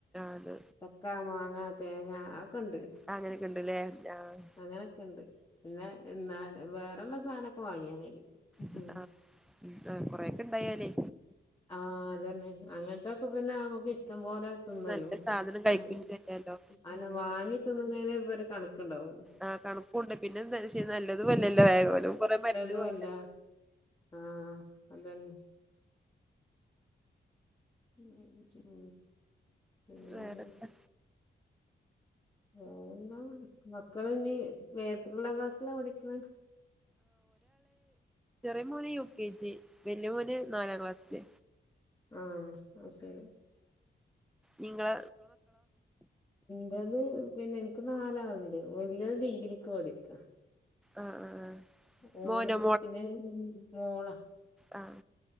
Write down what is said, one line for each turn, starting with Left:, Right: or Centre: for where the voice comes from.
Centre: അത്
Left: ചക്കാ മാങ്ങ തേങ്ങ ക്ക് ഉണ്ട്
Centre: അങ്ങനെയൊക്കെ ഉണ്ടല്ലേ ആഹ്
Left: അങ്ങനൊക്കെണ്ട് പിന്നെ എന്നാല വേറെ ഉള്ള സാധനൊക്കെ വാങ്ങിയാ മതി
Centre: ആഹ്
Left: ഹം
Centre: ആഹ് കൊറെയൊക്കെ ഇണ്ടായലെ
Left: ആ അത തന്നെ അങ്ങനത്തൊക്കെ പിന്നെ നമുക്ക് ഇഷ്ടം പോലെ തിന്നല്ലോ
Centre: നല്ല സാധനം
Left: <inaudible>
Centre: കഴിക്കും ചെയ്യാലോ
Left: അങ്ങനെ വാങ്ങി തിന്നുന്നേ ഇവിടെ കണ ഉണ്ടാവും
Centre: ആഹ കണുപ്പുംണ്ട് പിന്നെ എന്താ നല്ലതുമല്ലല്ലോ വേഗ പോല കുറ മരുന്ന്
Left: അതുമല്ല
Centre: പോ
Left: ആഹ് അതന്നെ ഉം പിന്നെന്താ
Centre: വേറെന്താ
Left: വേറെന്താ മക്കൾ ഇനി <unintelligible> ക്ലാസ്സിലാ പഠിക്കണേ
Centre: <unintelligible> യുകെജി ല്ല്യ മോന് നാലാം ക്ലാസ്സില്
Left: മ്മ് ശെരി
Centre: നിങ്ങള്
Left: <unintelligible> പിന്നെനിക് നാലാളൊണ്ട് <unintelligible> ഡിഗ്രിയ്ക് പഠിക്ക
Centre: ആഹ് ആഹ്
Left: ഓള്
Centre: മോനോ
Left: പിന്നെ മോള
Centre: ആ